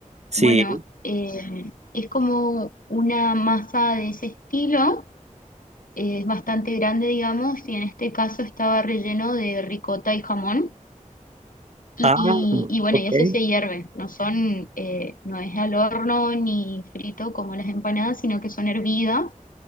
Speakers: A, on the right; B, on the left.
A: Sí.
B: Bueno, eh, es como una masa de ese estilo, eh, es bastante grande, digamos, y en este caso estaba relleno de ricota y jamón. Y,
A: Ah,
B: y bueno,
A: Ok.
B: y eso se hierve, no son, eh, no es al horno ni frito como las empanadas, sino que son hervidas.